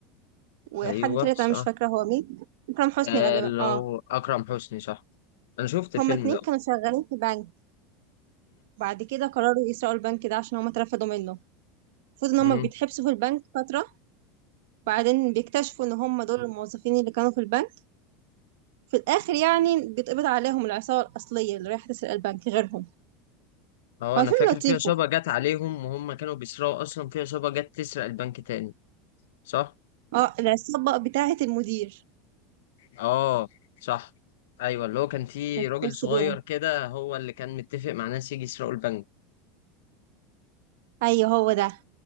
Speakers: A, on the right (about 70°); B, on the left (about 85°).
A: وحد
B: ايوه
A: تالت
B: صح
A: أنا مش فاكرة هو مين إكرام حسني
B: آه
A: غالبا
B: لو
A: آه
B: اكرم حسني صح انا شفت الفيلم
A: هما اتنين
B: ده
A: كانوا شغالين في بنك بعد كده قرروا يسرقوا البنك ده عشان هما اترفدوا منه المفروض ان هما
B: امم
A: بيتحبسوا في البنك فترة بعدين بيكتشفوا ان هم دول الموظفين اللي كانوا في البنك في الاخر يعني بيتقبض عليهم العصابه الاصليه اللي رايحه تسرق البنك غيرهم
B: اه
A: هو
B: انا
A: فيلم
B: فاكر
A: لطيف
B: في عصابة
A: وخ-
B: جت عليهم وهم كانوا بيسرقوا اصلا في عصابة جت تسرق البنك تاني صح؟
A: اه العصابه بتاعه المدير
B: اه صح ايوه اللي هو كان في
A: كانت
B: راجل
A: في نفس
B: صغير
A: اليوم
B: كده هو اللي كان متفق مع ناس يجي يسرقوا البنك
A: ايوه هو ده